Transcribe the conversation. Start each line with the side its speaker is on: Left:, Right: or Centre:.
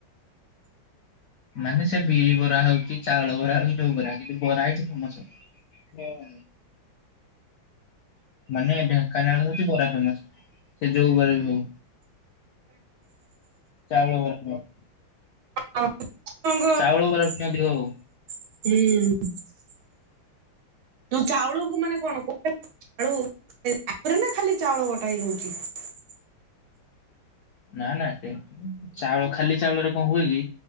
Left: ମାନେ ସେ ବିରି ବରା ହଉଛି ଚାଉଳ ବରା ହଉ ଯୋଉ ବରା କିନ୍ତୁ ବରା ହେଠି ଫେମସ ହଁ। ମାନେ ଢେଙ୍କାନାଳ ହୋଉଛି ବରା ଫେମସ ସେ ଯଉବରା ବି ହଉ। ଚାଉଳ ବରା। <unintelligible>
Right: <inaudible>
Left: ଚାଉଳ ବରା ପାଇଁ ଅଧିକ ହଉ
Right: ହୁଁ। ଯୋଉ ଚାଉଳକୁ ମାନେ କଣ କଣ ଗୋଟେ ଆଳୁ ତାପରେ ନା ଖାଲି ଚାଉଳ ବଟା ହେଇକି ହଉଛି?
Left: ନା ନା ଟେ ଚାଉଳ ଖାଲି ଚାଉଳରେ କଣ ହୁଏ କି?